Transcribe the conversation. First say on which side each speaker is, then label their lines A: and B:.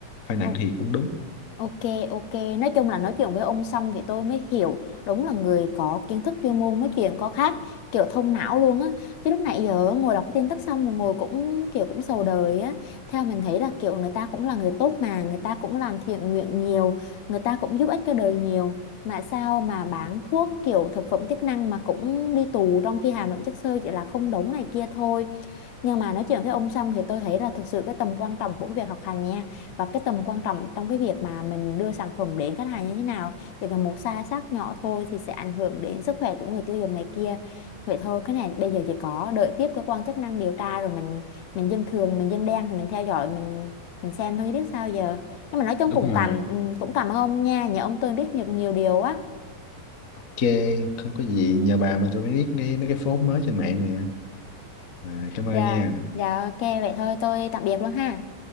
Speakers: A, on the left; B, on the left.
A: phải nặng
B: Ô-
A: thì cũng đúng
B: Ok, ok. Nói chung là nói chuyện với ông xong thì tôi mới hiểu đúng là người có kiến thức chuyên môn nói chuyện có khác kiểu thông não luôn á. Chứ lúc nãy giờ ngồi đọc cái tin tức xong mà ngồi cũng kiểu cũng sầu đời á. Theo mình thấy là kiểu người ta cũng là người tốt mà, người ta cũng làm thiện nguyện nhiều, người ta cũng giúp ích cho đời nhiều. Mà sao mà bán thuốc kiểu thực phẩm chức năng mà cũng đi tù trong khi hàm lượng chất xơ chỉ là không đúng này kia thôi. Nhưng mà nói chuyện với ông xong thì tôi thấy là thực sự cái tầm quan trọng của cái việc học hành nha và cái tầm quan trọng trong cái việc mà mình đưa sản phẩm đến khách hàng như thế nào chỉ cần một sai sót nhỏ thôi thì sẽ ảnh hưởng đến sức khỏe của người tiêu dùng này kia vậy thôi cái này bây giờ chỉ có đợi tiếp cơ quan chức năng điều tra rồi mình mình dân thường mình dân đen thì mình theo dõi mình mình xem thôi chứ biết sao giờ nhưng mà nói chung
A: đúng
B: cũng
A: rồi
B: cảm ừ, cũng cảm ơn ông nha nhờ ông tôi biết được nhiều điều á
A: ok không có gì nhờ bà mà tôi mới biết nghe mấy cái phốt mới trên mạng nè à, cảm ơn
B: dạ
A: nha
B: dạ ok vậy thôi tôi tạm biệt luôn ha